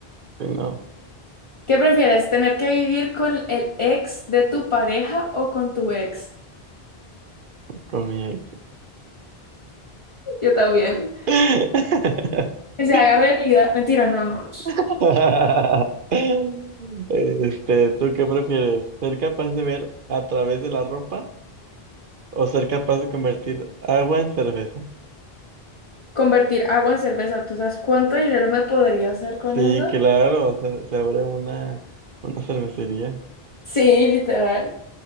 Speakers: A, on the right; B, on the left.
A: Sí, no,
B: ¿Qué prefieres, tener que vivir con el ex de tu pareja o con tu ex?
A: con mi ex.
B: Yo también.
A: <laughs>
B: Que se haga realidad. Mentira, no, no. no.
A: <laughs> Este, ¿tú qué prefieres? ¿Ser capaz de ver a través de la ropa o ser capaz de convertir agua en cerveza?
B: Convertir agua en cerveza. ¿Tú sabes cuánto dinero me podría hacer con
A: Sí,
B: eso?
A: claro, se, se abre una, una cervecería
B: Sí, literal.